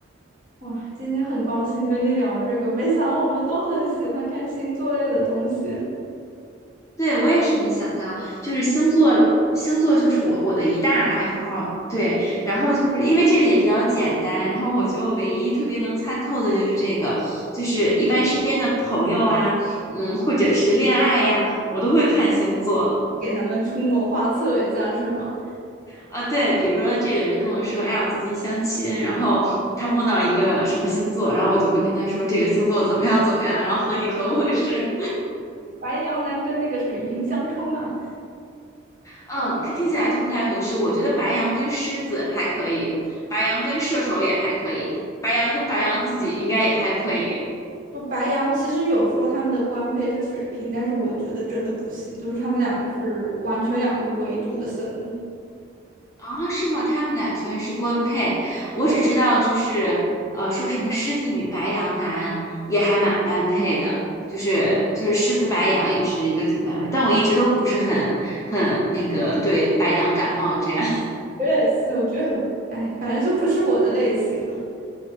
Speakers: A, on the right; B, on the left.
A: 哇，今天很高兴跟你聊这个，没想到我们都很喜欢看星座类的东西，
B: 对，我也是没想到，就是星座，星座就是我我的一大爱好。对，然后就是因为这个也比较简单，然后我觉得我唯一特别能参透的就是这个，就是一般身边的朋友啊，嗯，或者是恋爱呀、我都会看星座。
A: 给他们出谋划策一下是吗？
B: 啊，对，比如说这个人跟我说，哎呀，我最近相亲，然后他碰到一个什么星座，然后我就会跟他说这个星座怎么样怎么样，然后和你合不合适。
A: 白羊男跟那个水瓶相冲啊！
B: 嗯，
A: 笑了。
B: 听听起来就不太合适。我觉得白羊跟狮子还可以，白羊跟射手也还可以，白羊跟白羊自己应该也还可以。
A: 就白羊其实有说他们的官配是水瓶，但是我觉得真的不行，就是他们两个是完全两个维度的生物。
B: 啊，是吗？他们俩居然是官配，
A: 对，
B: 我只知道就是呃，说什么狮子女白羊男也还蛮般配的，就是就是狮子白羊也是一个挺般配，但我一直都不是很很那个对白羊感冒这样。
A: 我也是，我觉得很，哎，反正就不是我的类型了。